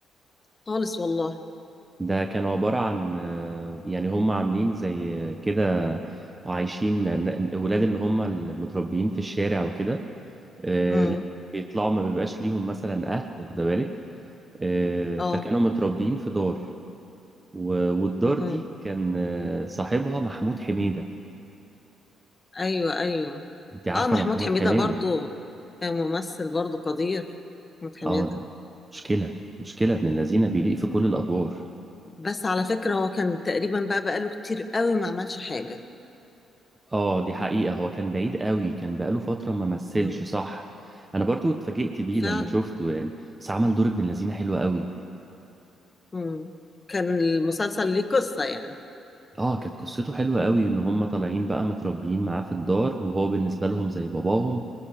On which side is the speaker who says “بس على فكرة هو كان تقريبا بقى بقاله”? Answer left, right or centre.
Left